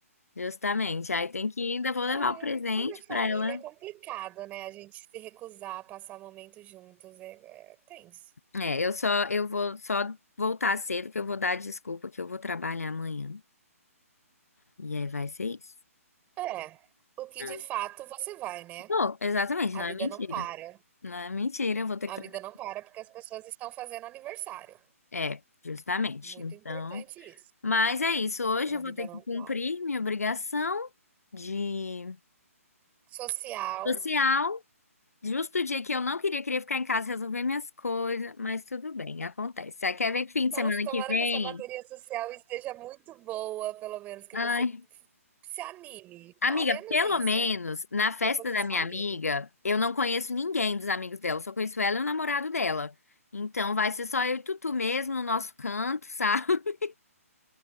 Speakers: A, on the left (about 75°); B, on the right (about 20°).
A: justamente. Aí tem que ir, ainda vou levar
B: Ai,
A: o presente
B: quando é família
A: pra ela.
B: é complicado, né, a gente se recusar a passar momentos juntos, é é tenso.
A: É, eu só, eu vou só voltar cedo que eu vou dar desculpa que eu vou trabalhar amanhã. E aí vai ser isso.
B: É, o que
A: Ah,
B: de fato você vai, né.
A: Vou, exatamente,
B: A
A: não
B: vida
A: é mentira.
B: não para,
A: Não é mentira, eu vou ter
B: a
A: que trabalhar.
B: vida não para porque as pessoas estão fazendo aniversário,
A: É, justamente.
B: muito
A: Então,
B: importante isso,
A: mas é isso. Hoje
B: a
A: eu
B: vida
A: vou ter
B: não
A: que cumprir
B: para.
A: minha obrigação de
B: Social
A: social. Justo o dia que eu não queria, queria ficar em casa resolver minhas coisas, mas tudo bem, acontece. Aí quer ver que fim
B: Nossa,
A: de semana
B: tomara
A: que vem?
B: que essa bateria social esteja muito boa, pelo menos, que
A: Ai.
B: você f- se anime.
A: Amiga,
B: Ao menos
A: pelo
B: isso.
A: menos na festa
B: Que você
A: da
B: se
A: minha
B: anime.
A: amiga, eu não conheço ninguém dos amigos dela, só conheço ela e o namorado dela. Então vai ser só eu e Tutu mesmo no nosso canto, sabe? <laughs>